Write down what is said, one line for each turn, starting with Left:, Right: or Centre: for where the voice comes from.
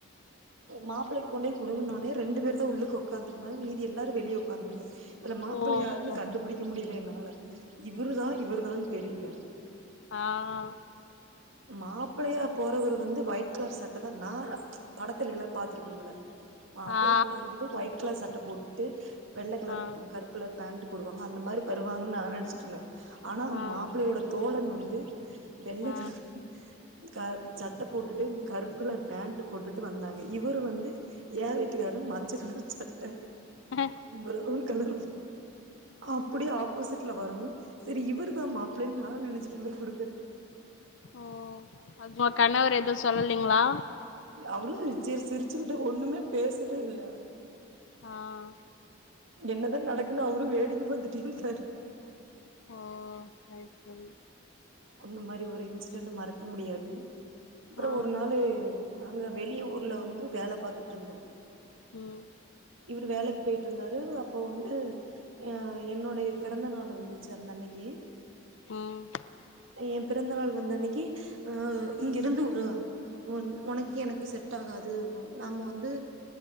Right: மாப்புளைக்கு கொண்டு போய் கொடுன்னோனயே ரெண்டு பேரு தா உள்ளுக்கு உக்காந்துருந்தாங்க மீதி எல்லாரு வெளியே உக்காந்துருந்தாங்க இதுல மாப்புள்ள
Left: ஓ
Right: யாருன்னு கண்டுபுடிக்க முடியல என்னால இவரு தா இவரு தான்னு தெரியல
Left: ஆஹ்
Right: மாப்பிள்ளையா போறவரு வந்து ஒயிட் கலர் சட்ட தா நா படத்துல்லா பாத்துருக்கோம்ல மாப்பிள்ளையா
Left: ஆ
Right: போறவங்க வந்து ஒயிட் கலர் சட்ட போட்டுட்டு வெள்ளை கலர்
Left: ஆ
Right: கருப் குள்ள பேண்ட் போடுவாங்க அந்த மாறி வருவாங்கன்னு நா நெனைச்சிட்டு இருந்தே ஆனா
Left: ஆ
Right: மாப்புளையோட தோழன் வந்து வெள்ள
Left: ஆ
Right: கலரு கருப் சட்ட போட்டுட்டு கருப்பு கலர் பேண்ட் போட்டுட்டு வந்தாங்க இவரு வந்து ஏன் வீட்டுக்காரு மஞ்சகலரு சட்ட
Left: ஹ
Right: புரொன் கலரு அப்டியே ஆப்போசிட்ல வரவு சேரி இவர் தான மாப்புள்ளனு நா நெனைச்சிட்டு போய் குடுக்குறே
Left: ஓ அதுக்கு உங்க கணவர் எது சொல்லலைங்களா
Right: அவரு சிரி சிரிச்சுக்கிட்டு ஒண்ணுமே பேசவே இல்ல
Left: ஆஹ்
Right: என்னதா நடக்குன்னு அவரு வேடிக்கை பத்துட்டே இருந்தாரு
Left: ஓ சேரி சேரி
Right: அந்த மாரி ஒரு இன்சிடென் மறக்க முடியாது அப்ற
Left: ஆ
Right: ஒரு நாளு நாங்க வெளியு ஊர்ல வந்து வேல பாத்துட்டு இருந்தோ
Left: ம்
Right: இவரு வேலைக்கு போயிட்டு இருந்தாரு அப்போ வந்து அ என்னுடைய பிறந்த நாள் வந்துச்சு அந்த அன்னைக்கு
Left: ம்
Right: எ பிறந்த நாள் வந்த அன்னைக்கு அ இங்கிருந்து ஒரு உன் உனக்கு எனக்கு செட் ஆகாது நாம வந்து